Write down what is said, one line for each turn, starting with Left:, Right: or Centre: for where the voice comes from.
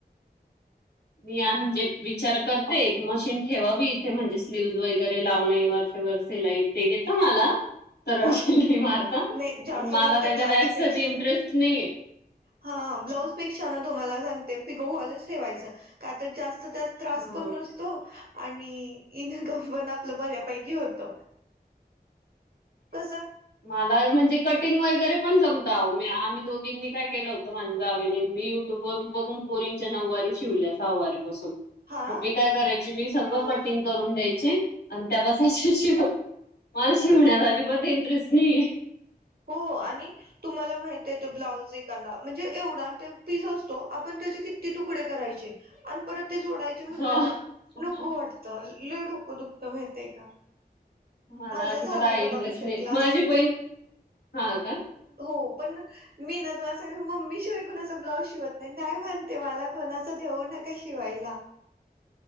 Left: मी या म्हणजे विचार करते एक मशीन ठेवावी इथे म्हणजे स्लीव्ह वगैरे लावणेवर ला य तेेत मला सर्व
Right: हा
Left: शि मारतात
Right: नाही जास्त
Left: पण
Right: करून
Left: मला
Right: ते
Left: त्याच्यात
Right: ब्लाउज पेक्षा
Left: ची इंटरेस्ट
Right: ना
Left: नाहीय
Right: हा ब्लाऊज पेक्षा ना तुम्हाला सांगते पिको हॉलच ठेवायचं का तर जास्त त्यात त्रास
Left: हो
Right: पण नसतो आणि इन्कम पण आपल्या बऱ्या ै होत कस
Left: मला म्हणजे कटिंग वगैरे पण जमता मी आम्ही दोघींनी काय केलं होतं माझं जावेने मी युट्यूब वरून बघून पोरींच्या नऊवारी शिवल्या सहावारी पासून
Right: हा
Left: मग मी काय करायच त्या मी सगळं कटिंग करून द्यायची आणि त्या बसाची श मला शिवण्या अजिबत इंटरेस्ट नाही
Right: हो आणि तुम्हाला माहित आहेेत ब्लाऊज एखादा म्हणजे एवढा ते पीस असतो आपण त्याचे किती तुकडे करायचे आणि परत ते जोडायचे म्हणलं
Left: हो.
Right: ना नको वाटतं लय डोकं दुखत माहितीये का.
Left: मला
Right: माझ
Left: अजिबात
Right: झालंय
Left: आय
Right: बघा
Left: इंटरेस्ट
Right: मिशन
Left: नाही.
Right: क्लास
Left: माझी बहीण हां का?
Right: हो पण मी ना तुम्हाला सांगू मम्मी शिवाय कोणाचा ब्लाऊज शिवत नाही नाय म्हणते मला कोणाच देऊ नक क शिवायला